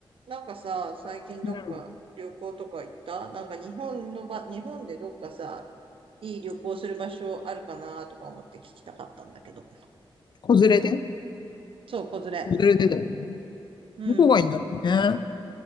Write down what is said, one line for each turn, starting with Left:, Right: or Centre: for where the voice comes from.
Right: なんかさ、最近どっか旅行とか行ったなんか日本のば、
Left: うん。
Right: 日本でどっかさ、いい旅行する場所あるかなとか思って聞きたかったんだけど。
Left: 子連れで
Right: そう、子連れ。
Left: 子連れでだよね。
Right: うん。
Left: どこがいいんだろうね。